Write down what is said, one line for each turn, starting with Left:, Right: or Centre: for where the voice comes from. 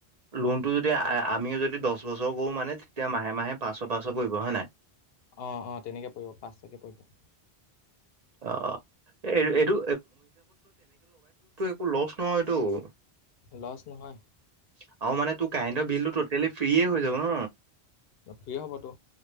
Right: লোনটো যদি আমিও যদি দহ বছৰ কৰো মানে এতিয়া মাহে মাহে পাচশ - পাচশ পৰিব হয় নে নাই।
Left: অ - অ তেনেকৈ পৰিব পাচটাকে পৰিব।
Right: অ'। এই এইটো এইবোৰ লছ নহয়টো আৰু
Left: লছ নহয়
Right: মানে তোৰ কাৰেণ্টৰ বিল টোটেলি ফ্ৰীয়ে হৈ যাব অ,
Left: ফ্ৰি হ'বতো।